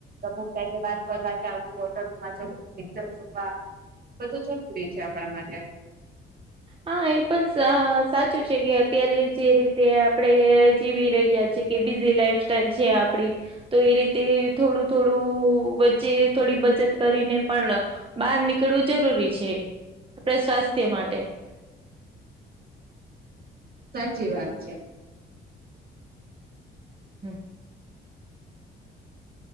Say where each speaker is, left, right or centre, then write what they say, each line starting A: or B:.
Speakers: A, on the right; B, on the right.
A: અમુક ક બાદ ફરવા કે આવું હોટલ જવુ, પિક્ચર જોવા. બધું જરૂરી છે આપણા માટે
B: હા એ પણ સાચું છે કે અત્યારે જે રીતે આપણે જીવી રહ્યા છીએ. કે બીઝી લાઈફ સ્ટાઈલ છે આપડી તો એ રીતે થોડું થોડું વચ્ચે થોડી બચત કરીને પણ બહાર નીકળવું જરૂરી છે આપડા સ્વાસ્થ્ય માટે. હમ
A: સાચી વાત છે.
B: હમ્મ